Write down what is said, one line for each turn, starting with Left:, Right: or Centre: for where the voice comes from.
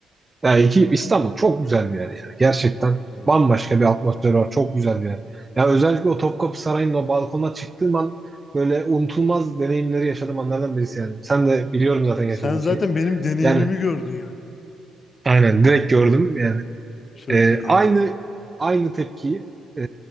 Right: Yani iki, İstanbul çok güzel bir yer yani. Gerçekten
Left: Çok güzel.
Right: bambaşka
Left: ya.
Right: bir atmosfer var. Çok güzel bir yer. Yani özellikle o Topkapı Sarayı'nın o balkona çıktığım an böyle unutulmaz deneyimleri yaşadığım anlardan birisi yani. Sen de biliyorum zaten yaşadığın
Left: Sen zaten
Right: şeyi.
Left: benim deneyimimi
Right: Yani
Left: gördün ya.
Right: aynen direkt gördüm yani.
Left: Çok
Right: Ee,
Left: iyi ya.
Right: aynı aynı tepkiyi e,